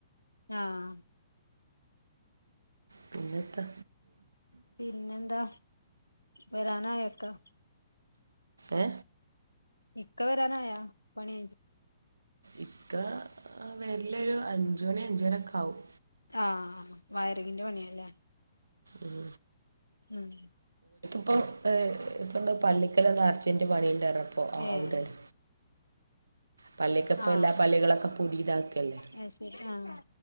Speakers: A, on the left; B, on the right.
A: ആഹ
B: പിന്നെത്ത?
A: പിന്നെന്താ വരാനായൊക്കെ?
B: ഏ
A: ഇക്ക വരാനായോ പണിയ്ത്?
B: ഇക്ക വെര്ല്ലൊരു അഞ്ചൊണി അഞ്ചരക്കാവും.
A: ആഹ വയറിങ്ങിന്റെ പണിയല്ലേ?
B: ഉം
A: ഉം
B: പ്പൊ ഇപ്പെന്താ പള്ളിക്കലെന്താ അർജന്റ് പണിണ്ടാർഞ്ഞ്പ്പൊ അവ്
A: ഏഹ്
B: അവ്ടെണ്. പള്ളിക്ക്പ്പെല്ലാ
A: ആഹ്
B: പള്ളികളൊക്കെ പുതീതാക്കല്ലേ
A: അത് ശരി ആഹ്